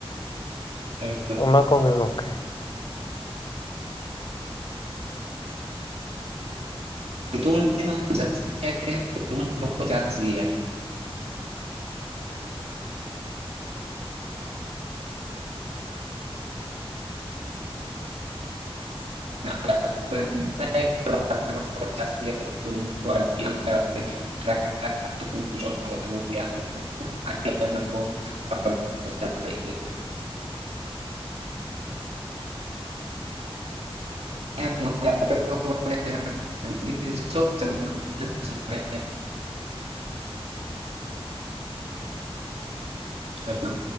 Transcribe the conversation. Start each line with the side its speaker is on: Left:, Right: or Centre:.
Right: <unintelligible>
Left: ᱚᱱᱟ ᱠᱚᱜᱮ ᱜᱚᱝᱠᱮ᱾
Right: ᱥᱤᱛᱩᱝ ᱫᱤᱱ ᱫᱚ ᱦᱟᱸᱜ ᱡᱟᱥᱛᱤ ᱠᱟᱛᱮ ᱦᱟᱸᱜ <inaudible> ᱫᱚᱠᱚ ᱪᱟᱥ ᱜᱮᱭᱟ᱾ <inaudible> <inaudible> ᱯᱨᱟᱭ <inaudible> <inaudible> ᱫᱟᱲᱮᱜ ᱜᱮᱭᱟ <inaudible> ᱫᱤᱥᱚᱢ ᱨᱮ ᱦᱮᱞᱳᱣ ᱾